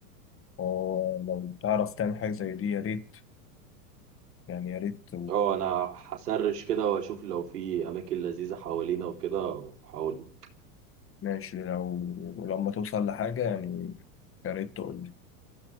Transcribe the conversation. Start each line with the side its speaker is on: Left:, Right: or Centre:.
Left: فلو تعرف تعمل حاجة زي دي يا ريت يعني يا ريت
Right: اه انا هسرش كده واشوف لو في اماكن لذيذه حوالينا وكده وهقول لك.
Left: وماشي لو ولما توصل لحاجة يعني يا ريت تقول